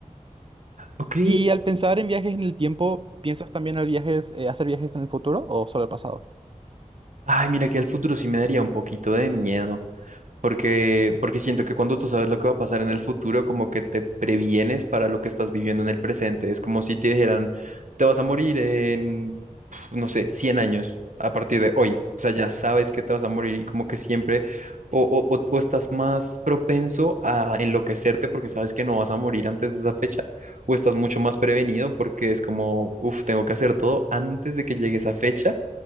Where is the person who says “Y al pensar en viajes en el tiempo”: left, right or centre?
Right